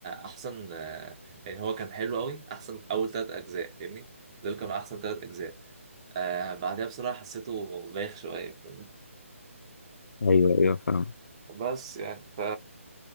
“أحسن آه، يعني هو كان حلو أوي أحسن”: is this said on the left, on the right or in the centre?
Right